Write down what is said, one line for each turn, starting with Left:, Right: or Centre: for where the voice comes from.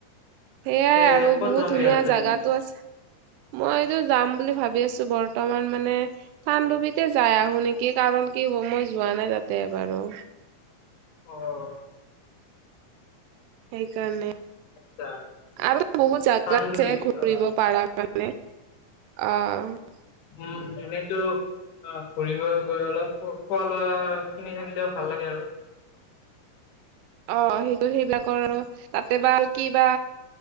Right: সেইয়াই
Left: পিছে
Right: আৰু
Left: ক'ত
Right: বহুত
Left: যাম বুলি
Right: ধুনীয়া
Left: ভাবিছা
Right: জাগাতো
Left: তুমি
Right: আছে, মই এইটো যাম বুলি। ভাবি আছো, বৰ্তমান মানে চানডুবিতে যাই আহো নেকি কাৰণ কি হ মই যোৱা নাই তাতে। এবাৰো।
Left: অ'
Right: সেইকাৰণে,
Left: আচ্ছা
Right: আৰু বহুত জাগা
Left: পাণ্ডুবি
Right: আছে ঘুৰিব
Left: অ
Right: পাৰাকে। সেইকাৰণে অ'
Left: উম, এনেটো অ' ঘুৰিব গৈ অলপ খোৱা লোৱা কিনি থাকিলেও ভাল লাগে আৰু।
Right: অ' সেইটো সেইবিলাকৰ আৰু তাতে বা আৰু কিবা